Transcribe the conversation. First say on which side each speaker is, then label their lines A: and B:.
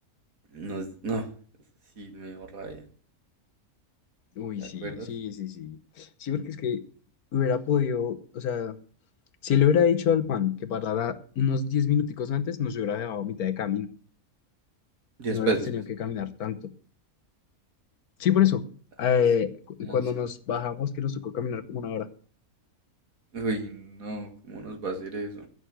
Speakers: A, on the right (about 65°); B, on the left (about 80°).
A: nos, no, eso sí me dio rabia,
B: Uy,
A: ¿te
B: sí,
A: acuerdas?
B: sí, sí, sí. Sí, porque es que hubiera podido. O sea, si le hubiera dicho al pan que parara unos 10 minuticos antes, nos hubiera dejado a mitad de camino.
A: Después,
B: No hubiéramos
A: después.
B: tenido que caminar tanto. Sí, por eso. eh,
A: Ay, sí,
B: cu-
A: ay,
B: cuando
A: sí.
B: nos bajamos, que nos tocó caminar como una hora.
A: Uy, no, ¿cómo nos va a hacer eso?